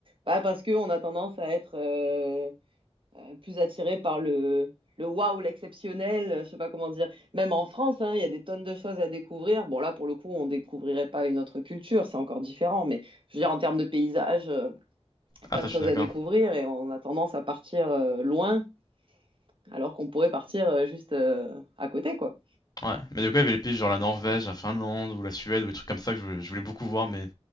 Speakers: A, on the right; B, on the left.
A: Bah, parce qu'on a tendance à être euh, euh, plus attiré par le, le waouh, l'exceptionnel, euh, je sais pas comment dire. Même en France, hein, il y a des tonnes de choses à découvrir. Bon, là, pour le coup, on découvrirait pas une autre culture, c'est encore différent. Mais je veux dire, en termes de paysage, euh, plein
B: Ah, ça,
A: de choses
B: je suis d'accord.
A: à découvrir et on a tendance à partir euh, loin, alors qu'on pourrait partir euh, juste euh, à côté, quoi.
B: Ouais. Mais du coup, il y avait les pays genre la Norvège, la Finlande, ou la Suède, ou des trucs comme ça que je voulais, je voulais beaucoup voir, mais.